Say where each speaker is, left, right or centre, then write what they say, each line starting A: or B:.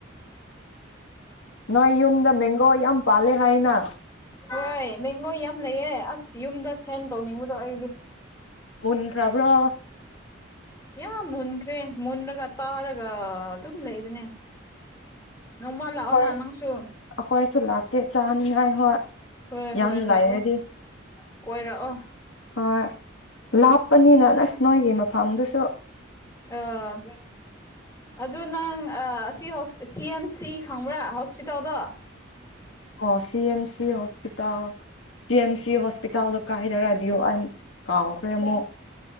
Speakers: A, on the left (about 90°); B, on the left (about 15°).
A: ꯅꯣꯏ ꯌꯨꯝꯗ ꯃꯦꯡꯒꯣ ꯌꯥꯝ ꯄꯥꯜꯂꯦ ꯍꯥꯏꯅ꯫
B: ꯍꯣꯏ ꯃꯦꯡꯒꯣ ꯌꯥꯝ ꯂꯩꯌꯦ ꯑꯁ ꯌꯨꯝꯗ ꯁꯦꯟ ꯇꯧꯅꯤꯡꯕꯗꯣ ꯑꯩꯗꯤ꯫
A: ꯃꯨꯟ꯭ꯒꯔꯥꯕ꯭ꯔꯣ꯫
B: ꯌꯥꯝ ꯃꯨꯟꯈ꯭ꯔꯦ ꯃꯨꯟꯔꯒ ꯇꯥꯔꯒ ꯑꯗꯨꯝ ꯂꯩꯕꯅꯦ꯫ ꯅꯣꯡꯃ ꯂꯥꯛꯑꯣꯅ
A: ꯍꯣꯏ
B: ꯅꯪꯁꯨ
A: ꯑꯩꯈꯣꯏꯁꯨ ꯂꯥꯛꯀꯦ ꯆꯥꯅꯤꯡꯉꯥꯏ ꯍꯣꯏ
B: ꯍꯣꯏ
A: ꯌꯥꯝ
B: ꯍꯣꯏ
A: ꯂꯥꯏꯔꯗꯤ
B: ꯂꯥꯛꯑꯣ ꯀꯣꯏꯔꯛꯑꯣ
A: ꯍꯣꯏ ꯂꯥꯞ꯫ ꯥꯥꯂꯥꯞꯄꯅꯤꯅ ꯑꯁ ꯅꯣꯏꯒꯤ ꯃꯐꯝꯗꯨꯁꯨ꯫
B: ꯑ ꯑꯗꯨ ꯅꯪ ꯑꯁꯤ ꯁꯤ ꯑꯦꯝ ꯁꯤ ꯈꯪꯕ꯭ꯔꯥ ꯍꯣꯁꯄꯤꯇꯥꯜꯗꯣ꯫
A: ꯑꯣ ꯁꯤ ꯑꯦꯝ ꯁꯤ ꯑꯣ꯫ ꯍꯣꯁꯄꯤꯇꯥꯜ ꯁꯤ ꯑꯦꯝ ꯁꯤ ꯍꯣꯁꯄꯤꯇꯥꯜꯗ ꯀꯥꯏꯊꯔꯗꯤ ꯑꯩ ꯀꯥꯎꯈ꯭ꯔꯦ ꯑꯃꯨꯛ